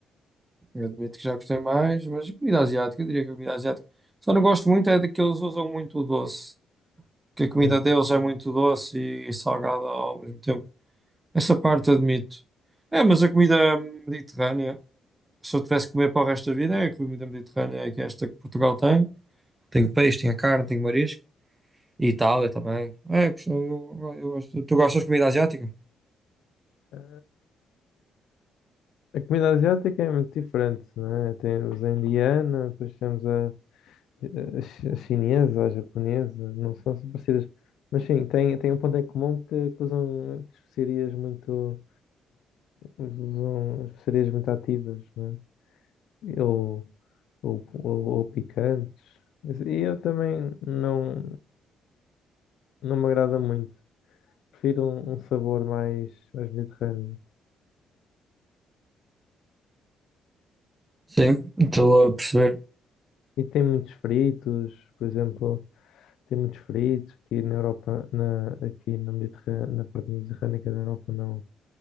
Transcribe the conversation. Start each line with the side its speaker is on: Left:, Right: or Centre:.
Right: admito que já gostei mais, mas a comida asiática, eu diria que a comida asiática. Só não gosto muito é de que eles usam muito o doce, que a comida
Left: Hum.
Right: deles é muito doce e, e salgada ao mesmo tempo. Essa parte admito. É, mas a comida mediterrânea, se eu tivesse que comer para o resto da vida, é a comida mediterrânea, é que é esta que Portugal tem. Tenho peixe, tenho a carne, tenho marisco. E Itália também. É, eu, gosto- eu, eu gosto. Tu gostas de comida asiática?
Left: A comida asiática é muito diferente, não é? Temos a indiana, depois temos a, a chi- a chinesa, a japonesa, não são assim parecidas. Mas sim, tem, tem um ponto em comum que, que usam especiarias muito, usam especiarias muito ativas, não é? Ou, ou, ou, ou picantes. E eu também não, não me agrada muito. Prefiro um, um sabor mais, mais mediterrâneo.
Right: Sim, estou a perceber.
Left: E tem muitos fritos, por exemplo. tem muitos feridos aqui na Europa, na, aqui na Mediterrânea, na parte mediterrânica da Europa não,